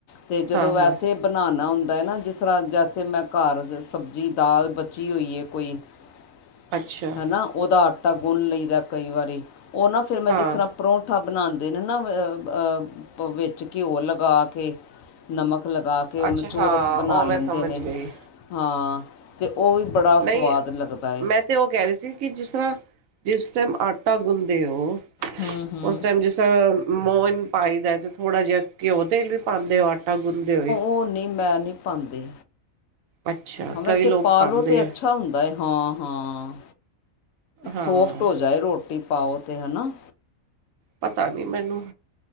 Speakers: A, on the left; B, on the right.
A: ਤੇ ਜਦੋਂ
B: ਹਾਂ
A: ਵੈਸੇ
B: ਹਾਂ
A: ਬਣਾਉਣਾ ਹੁੰਦਾ ਹੈ ਨਾ ਜਿਸ ਤਰ੍ਹਾਂ ਜੈਸੇ ਮੈਂ ਘਰ ਸਬਜ਼ੀ ਦਾਲ ਚੀ ਹੋਏ ਕੋਈ ਹੈ
B: ਅੱਛਾ
A: ਹਨਾ ਉਹਦਾ ਟਾ ਗੁਣ ਲਈਦਾ ਕਈ ਵਾਰੀ ਉਹ ਨਾ ਫਿਰ ਮੈਂ
B: ਹਾਂ
A: ਜਿਸ ਤਰ੍ਹਾਂ ਪਰੌਂਠਾ ਬਣਾਉਂਦੇ ਨੇ ਨਾ ਅ ਅ ਵਿੱਚ ਘਿਓ ਲਗਾ ਕੇ ਨਮਕ ਲਗਾ ਕੇ ਉਹਨੂੰ
B: ਅੱਛਾ
A: ਚੋਰਸ
B: ਹਾਂ
A: ਬਣਾ
B: ਉਹ
A: ਲੈਂਦੇ
B: ਮੈਂ ਸਮਝ
A: ਨੇ
B: ਗਈ
A: ਹਾਂ ਅਤੇ ਉਹ ਵੀ ਬੜਾ
B: ਨਹੀਂ
A: ਸਵਾਦ ਲੱਗਦਾ ਏ
B: ਮੈਂ ਤੇ ਉਹ ਕਹਿ ਰਹੇ ਸੀ ਕਿ ਜਿਸ ਤਰ੍ਹਾਂ ਜਿਸ ਟਾਈਮ ਆਟਾ ਗੁੰਦੇ ਹੋ
A: ਹੂੰ ਹੂੰ
B: ਉਸ ਟਾਈਮ ਜਿਸ ਮੋਨ ਪਾਈ ਦਾ ਤੇ ਥੋੜ੍ਹਾ ਜਿਹਾ ਘਿਓ ਤੇਲ ਵੀ ਪਾਉਂਦੇ ਹੋ ਆਟਾ ਗੁੰਦੇ ਹੋਏ?
A: ੳ ਨਹੀਂ ਮੈਂ ਨਹੀਂ ਪਾਉਂਦੀ
B: ਅੱਛਾ
A: ਹਾਂ ਵੈਸੇ
B: ਕਈ ਲੋਕ
A: ਪਾਲਓ
B: ਪਾਉਂਦੇ
A: ਤੇ ਅੱਛਾ
B: ਆ
A: ਹੁੰਦ ਦਾ ਹਾਂ ਹਾਂ
B: ਹਾਂ
A: ਸੋਫਟ ਹੋ ਜਾਏ ਰੋਟੀ ਪਾਓ ਤੇ ਹਨਾ?
B: ਪਤਾ ਨੀ ਮੈਨੂੰ